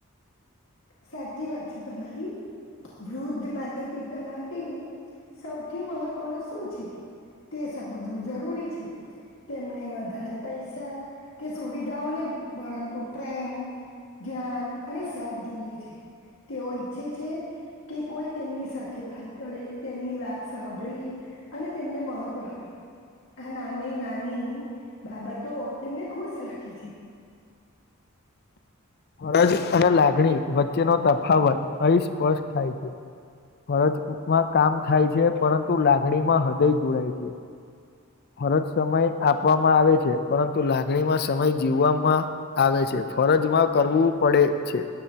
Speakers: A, on the left; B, on the left.
A: સાચી વાત છે તમારી. વૃદ્ધ માતા પિતા માટે સૌથી મહત્વનું શું છે? તે સમજવું જરૂરી છે તેમને વધારે પૈસા કે સુવિધાઓ નય પરંતુ પ્રેમ જ્ઞાન અને સાથ જોઈએ છે. તેઓ ઈચ્છે છે કે કોઈ તેમની સાથે વાત કરે, તેમની વાત સાંભળે, અને તેમને મહત્વ આપે. આ નાની નાની બાબતો તેમને ખુશ રાખે છે.
B: ફરજ અને લાગણી વચ્ચેનો તફાવત અહીસ્પષ્ટ થાય છે. ફરજમાં કામ થાય છે પરંતુ લાગણીમાં હૃદય જોડાય છે. ફરજ સમય આપવામાં આવે છે પરંતુ લાગણીમાં સમય જીવવામાં આવે છે. છે ફરજમાં. કરવું પડે છે